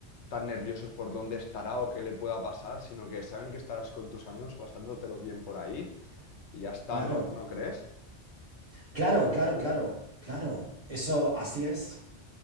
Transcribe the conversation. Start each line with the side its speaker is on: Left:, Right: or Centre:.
Left: tan nerviosos por dónde estará o qué le pueda pasar, sino que saben que estarás con tus amigos pasándotelo bien por ahí y ya está,
Right: Claro,
Left: ¿no, no crees?
Right: claro, claro, claro, claro. Eso así es.